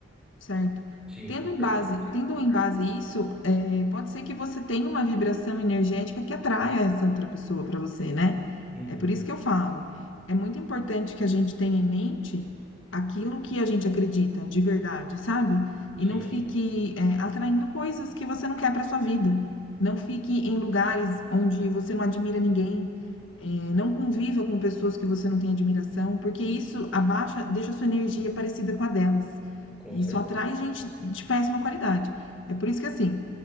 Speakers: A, on the left; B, in the centre.
A: Certo.
B: Sim,
A: Tendo
B: com
A: em
B: certeza.
A: base tendo em base isso, eh, pode ser que você tenha uma vibração energética que atraia essa outra pessoa para você, né.
B: Uhum.
A: É por isso que eu falo, é muito importante que a gente tenha em mente aquilo que a gente acredita de verdade, sabe. E
B: Sim,
A: não fique, eh, atraindo coisas que você não quer para sua vida. Não fique em lugares onde você não admira ninguém, é, não conviva com pessoas que você não tem admiração, porque isso abaixa, deixa a sua energia parecida com a delas.
B: com
A: E
B: certeza.
A: isso atrai gente de péssima qualidade. É por isso que, assim,